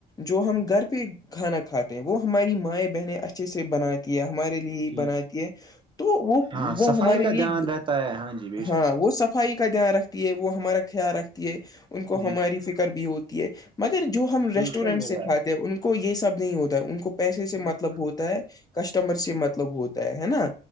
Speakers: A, on the left; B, on the right.
A: جو ہم گھر پہ کھانا کھاتے ہیں وہ ہماری مائیں بہنیں اچھے سے بن ہے ہمارے لیے
B: جی
A: بناتی
B: جی
A: ہے تو وہ
B: ہاں
A: وہ
B: صفائی
A: ہمارے
B: کا
A: لیے
B: دھیان رہتا ہے ہاں جی بے
A: ہاں
B: شک
A: وہ صفائی کا دھیان رکھتی ہے وہ ہمارا خیال رکھتی ہے ان کو
B: جی
A: ہماری
B: جی
A: فکر بھی ہوتی ہے مگر جو ہم
B: بے
A: ریسٹورینٹ
B: شک میرے
A: سے
B: بھائی
A: کاتے ہیں ان کو یہ سب نہیں ہوتا ہے ان کو پیسے سے
B: جی
A: مت ہوتا ہے کسٹمر سے مطلب ہوتا ہے ہے نا